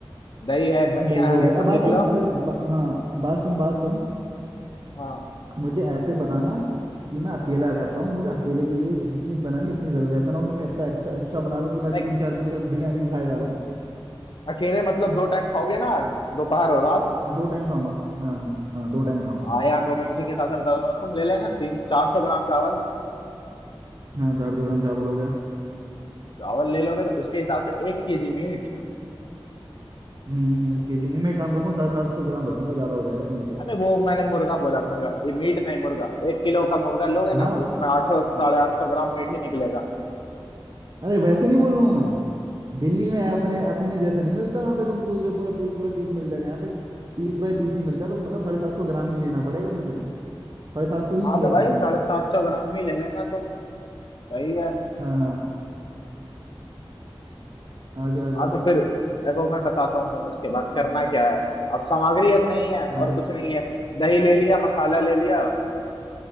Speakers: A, on the left (about 60°); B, on the right (about 45°).
A: दही है धनिया
B: दही हो
A: है
B: गया
A: ये सब
B: अरे बात
A: लिख लो
B: सुन अरे बा, हाँ बात सुन बात सुन
A: हाँ
B: मुझे ऐसे बताना कि मैं अकेला रहता हूँ मुझे अकेले के लिए जितनी बनानी उतनी जरूरत है ऐसा ना हो कि मैं इतना एक्स्ट्रा एक्स्ट्रा बना लूँ कि मैं
A: लाइक
B: तीन चार दिन तक बिरयानी ही खाए जा रहा हूँ
A: अकेले मतलब दो टाइम खाओगे ना दोपहर और रात
B: मैं दो टाइम खाऊंगा हाँ हाँ हाँ, दो टाइम खाऊंगा
A: आया तो मैं उसी के हिसाब से बता रहा हूँ तुम ले लेना तीन चार सौ ग्राम चावल
B: हाँ चार सौ ग्राम चावल हो गया
A: चावल ले लोगे तो उसके हिसाब से एक केजी मीट
B: हम्म एक के जी नहीं मैं एक काम करूंगा साढ़े सात सौ ग्राम रखूंगा ज्यादा हो जाएगा मीट यार
A: अरे वो मैंने मुर्गा बोला मुर्गा ये मीट नहीं मुर्गा एक किलो का मुर्गा लोगे
B: हाँ
A: ना तो उसमें आठ सौ साढ़े
B: हाँ।
A: आठ सौ ग्राम मीट ही निकलेगा
B: अरे वैसे नहीं बोल रहा हूँ मैं दिल्ली में अपने अपने जैसा नहीं मिलता वहाँ पे तुम पूरा पूरा पूरा पीस मिल जाएगा यहाँ पे पीस बाय पीस ही मिलता है तो मतलब साढ़े सात सौ ग्राम ही लेना पड़ेगा मुझे साढ़े सात सौ ही
A: हाँ
B: मिलेगा
A: तो भाई
B: उसमें
A: साढ़े सात सौ ग्राम ही ले लेना तुम सही है
B: हाँ हाँ आगे आगे
A: हाँ तो फिर देखो मैं बताता हूँ तुम्हें उसके बाद करना क्या है अब सामग्री अब नहीं है और
B: हाँ
A: कुछ नहीं है दही ले लिया मसाला ले लिया